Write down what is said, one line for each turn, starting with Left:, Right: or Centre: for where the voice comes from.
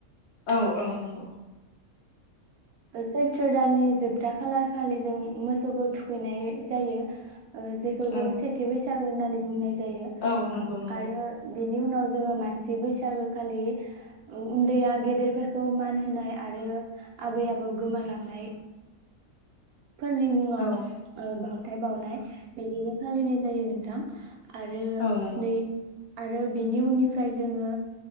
Left: औ औ नंगौ।
Right: सैत्र दाननि जोबथा खालार खालि जों मोसौखौ थुखैनाय जायो। ओ जेखौ जो
Left: औ
Right: सेथि बैसा गो होननानै बुंनाय जायो
Left: औ नंगौ नंगौ
Right: आरो बिनि उनाव जोङो मानसि बैसागो खालि उन्दैया गेदेरफोरखौ मान होनाय आरो आबै आबौ गोमालां नाय फोरनि मुङाव
Left: औ
Right: ओ बावथाय बावनाय बिदिनो फालिनाय जायो नोंथां। आरो
Left: औ नंगौ
Right: नै आरो बिनि उननिफ्राय जोङो